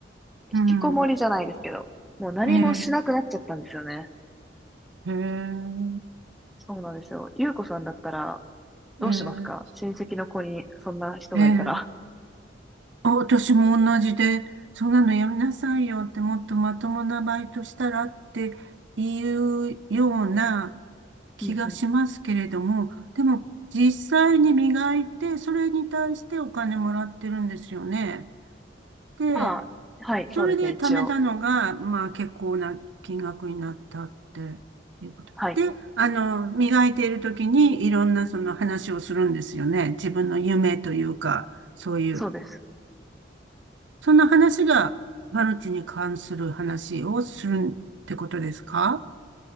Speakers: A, in the centre; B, on the right.
A: 引きこもりじゃないですけど、
B: うん、
A: もう何もしなくなっちゃったんですよね。
B: ええ、へえ、
A: そうなんですよ。ゆうこさんだったら、どうしますか親戚の子にそんな人がいたら。
B: ええ、ええ、あ、私も同じで、そんなのやめなさいよって、もっとまともなバイトしたらっていうような気がしますけれども、
A: うんうん。
B: でも実際に磨いて、それに対してお金もらってるんですよね。で、
A: まあ、はい、そうですね、
B: それで貯めたのが、
A: 一応。
B: まあ結構な金額になったっていうこと。
A: はい、
B: で、あの、磨いている時にいろんなその話をするんですよね。自分の夢というか、そういう。
A: そうです。
B: そんな話がマルチに関する話をするってことですか